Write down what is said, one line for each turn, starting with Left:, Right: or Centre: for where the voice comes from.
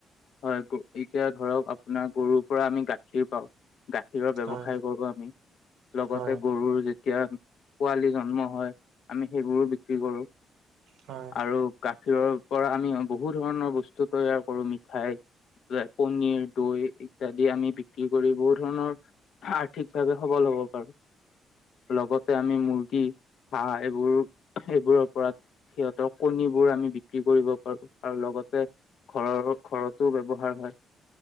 Left: হয় এতিয়া ধৰক আপোনাৰ গৰুৰ পৰা আমি গাখীৰ পাওঁ। গাখীৰৰ ব্যৱসায়
Right: হয়
Left: কৰো আমি, লগতে
Right: হয়
Left: গৰুৰ যেতি য়া পোৱালি জন্ম হয় আমি সেইবোৰো বিক্ৰী কৰো,
Right: হয়
Left: আৰু গাখীৰৰ পৰা আমি বহু ধৰণৰ বস্তু তৈয়াৰ কৰো, মিঠাই পনিৰ, দৈ ইত্যাদি আমি বিক্ৰী কৰি বহুত ধৰণৰ ঠিকভাবে সবল হব পাৰো। লগতে আমি মুৰ্গী হাঁহ এইবোৰ এইবোৰৰ পৰা সিহঁতৰ কণীবোৰ আমি বিক্ৰী কৰিব পাৰো। আৰু লগতে ঘৰৰ ঘৰতো ব্যৱহাৰ হয়।